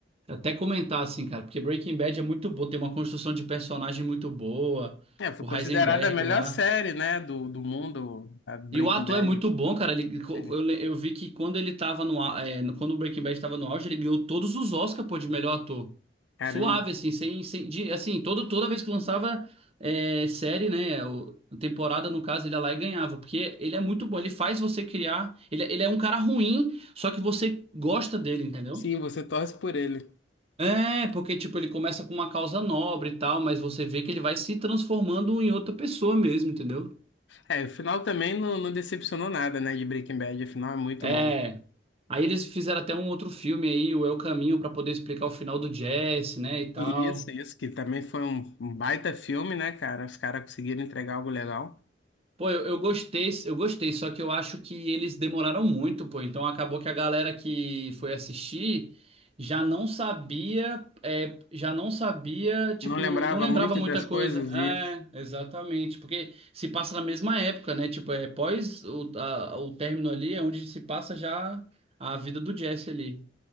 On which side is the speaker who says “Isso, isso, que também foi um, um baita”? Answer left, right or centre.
Left